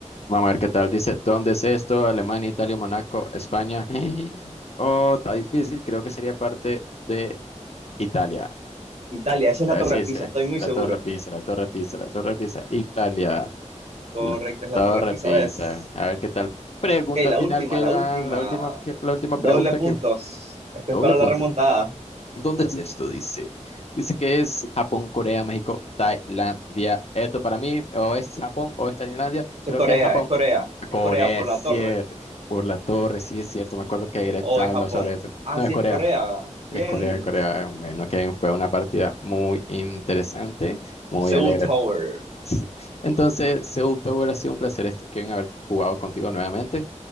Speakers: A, on the left; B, on the right.
A: Vamos a ver qué tal. Dice, ¿dónde es esto? Alemania, Italia, Monaco, España. <gasps> Oh, está difícil. Creo que sería parte de Italia.
B: Italia, esa es
A: Ah,
B: la Torre
A: Sí,
B: Pisa,
A: sí,
B: estoy
A: sí.
B: muy
A: La
B: seguro.
A: Torre Pisa, la Torre Pisa, la Torre Pisa, Italia.
B: Correcto,
A: la
B: es la
A: Todo
B: Torre
A: repisa.
B: Pisa, ¿ves?
A: A ver qué tal. Pregunta
B: Ok, la
A: final
B: última,
A: que
B: la
A: va,
B: última.
A: la última, que- la última
B: Doble
A: pregunta
B: puntos.
A: que
B: Esto
A: doble
B: es para
A: punto.
B: la remontada.
A: ¿Dónde es esto? Dice. Dice que es Japón, Corea, México, Tailandia. Esto para mí o es Japón o es Tailandia.
B: Esto
A: Creo
B: es Corea,
A: que es Japón.
B: es Corea.
A: Corea,
B: Es Corea por
A: es
B: la
A: cierto.
B: torre.
A: Por la torre, sí es cierto. Me acuerdo que Greg
B: ¿O
A: habló
B: es Japón?
A: sobre esto.
B: Ah,
A: No,
B: sí,
A: es Corea.
B: es Corea. Bien.
A: Es Corea, Corea. Bueno, que fue una partida muy interesante, muy
B: Seoul
A: alegre.
B: Tower.
A: Sí. Entonces, Seoul Tower ha sido un placer, este- Kevin, haber jugado contigo nuevamente.